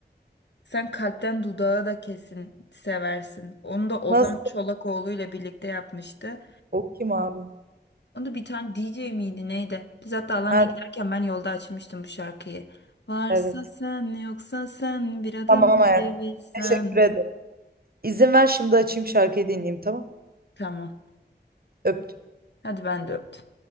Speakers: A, on the left; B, on the right.
A: Sen kalpten dudağı da kesin seversin. Onu da Ozan
B: Nasıl?
A: Çolakoğlu ile birlikte yapmıştı.
B: O kim abi?
A: O da bir tane DJ miydi neydi? Biz hatta Alanya'ya
B: Ha,
A: giderken ben yolda açmıştım bu şarkıyı. Varsa
B: Evet.
A: sen yoksa sen bir adım
B: Tamam hayatım.
A: gelebilsen.
B: Teşekkür ederim. İzin ver şimdi açayım şarkıyı dinleyeyim tamam.
A: Tamam.
B: Öptüm.
A: Hadi ben de öptüm.